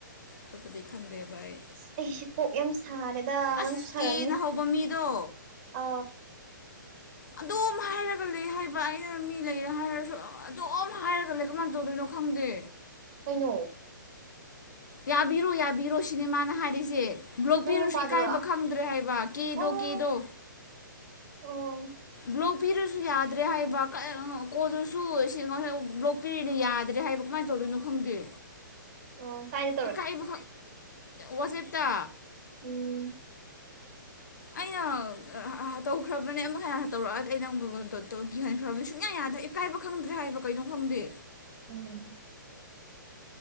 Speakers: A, on the left; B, on the right.
A: ꯑꯇꯣꯞꯄꯗꯤ ꯈꯪꯗꯦꯕ ꯑꯩ
B: ꯑꯁ ꯑꯩꯁꯦ ꯀꯣꯛ ꯌꯥꯝ ꯁꯥꯔꯦꯗ
A: ꯑꯁ
B: ꯅꯪꯁꯨ ꯁꯥꯔꯝꯅꯤ
A: ꯀꯦꯅ ꯍꯧꯕ ꯃꯤꯗꯣ
B: ꯑ
A: ꯑꯗꯨꯝ ꯍꯥꯏꯔꯒ ꯈꯥ ꯂꯩ ꯍꯩꯕ ꯑꯩꯅ ꯃꯤ ꯂꯩꯔꯦ ꯍꯥꯏꯔꯁꯨ ꯑꯗꯨꯝ ꯍꯥꯏꯔꯒ ꯂꯩ ꯀꯃꯥꯏꯅ ꯇꯧꯗꯣꯏꯅꯣ ꯈꯪꯗꯦ
B: ꯀꯩꯅꯣ
A: ꯌꯥꯕꯤꯔꯣ ꯌꯥꯕꯤꯔꯣ ꯁꯤꯅꯦ ꯃꯥꯅ ꯍꯥꯏꯔꯤꯁꯦ ꯕ꯭ꯂꯣꯛ
B: ꯅꯪ
A: ꯄꯤꯔꯁꯨ
B: ꯅꯨꯄꯥꯗꯨꯔꯣ
A: ꯏꯀꯥꯏꯕ ꯈꯪꯗ꯭ꯔꯦ ꯍꯥꯏꯕ ꯀꯦꯗꯣ
B: ꯑꯣ
A: ꯀꯦꯗꯣ
B: ꯑꯣ
A: ꯕ꯭ꯂꯣꯛ ꯄꯤꯔꯁꯨ ꯌꯥꯗ꯭ꯔꯦ ꯍꯥꯏꯕ ꯀꯣꯜꯗꯨꯁꯨ ꯕ꯭ꯂꯣꯛ ꯄꯤꯔꯁꯨ ꯌꯥꯗ꯭ꯔꯦ ꯍꯥꯏꯕ ꯀꯃꯥꯏꯅ ꯇꯧꯗꯣꯏꯅꯣ ꯈꯪꯗꯦ
B: ꯑꯣ ꯀꯥꯏ
A: ꯏꯀꯥꯏꯕ ꯋꯥꯖꯦꯠꯇ
B: ꯎꯝ
A: ꯑꯩꯅ ꯇꯧꯈ꯭ꯔꯕꯅꯦ ꯑꯃꯨꯛ ꯍꯦꯟꯅ ꯇꯧꯔꯛꯑꯗꯤ ꯑꯩ ꯅꯪ ꯗꯣꯠꯇꯣ ꯀꯤꯍꯟꯈ꯭ꯔꯕꯅꯦ ꯁꯨꯡꯌꯥ ꯌꯥꯗꯦ ꯢꯀꯥꯏꯕ ꯈꯪꯗ꯭ꯔꯦ ꯍꯥꯏꯕ ꯀꯩꯅꯣ ꯈꯪꯗꯦ
B: ꯎꯝ